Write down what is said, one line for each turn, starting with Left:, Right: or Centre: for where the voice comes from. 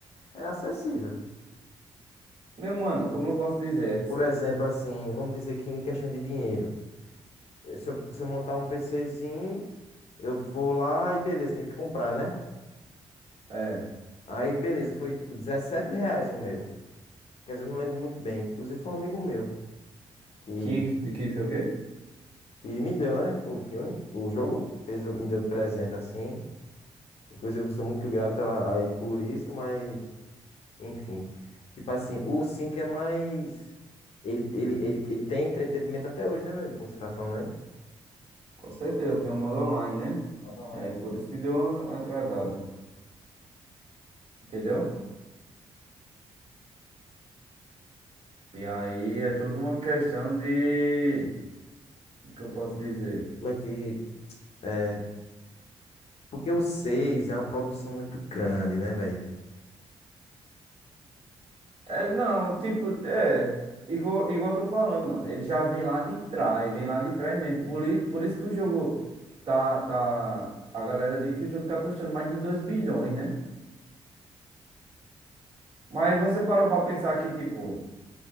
Left: é acessível.
Right: meu mano, como eu posso dizer?
Left: Por exemplo, assim, vamos dizer que em questão de dinheiro, eh, se eu, se eu montar um PCzinho, eu vou lá e beleza, tem que comprar, né?
Right: É,
Left: Aí beleza, foi tipo 17 reais o meu. Quer dizer, eu não lembro muito bem. Inclusive, foi um amigo meu que,
Right: que de que foi o quê?
Left: que me deu, né? O filme, o jogo, fez, me deu de presente assim. Inclusive, eu sou muito grato a, a ele por isso, mas, enfim. Tipo assim, o 5 é mais. Ele, ele, ele, ele tem entretenimento até hoje, né, velho? Como você tá falando aí.
Right: Com certeza tem um modo online, né?
Left: Manda online.
Right: E aí por isso que deu uma atrasada, entendeu? E aí é tudo uma questão de. O que eu posso dizer?
Left: Como é que. É, porque o 6 é uma produção muito grande, né, velho?
Right: É, não, tipo, é. Igual, igual eu tô falando, mano. Ele já vem lá de trás, vem lá de trás mesmo. Por, i- por isso que o jogo tá, tá. A galera diz que o jogo tá custando mais de 2 bilhões, né? Mas você parou pra pensar que, tipo,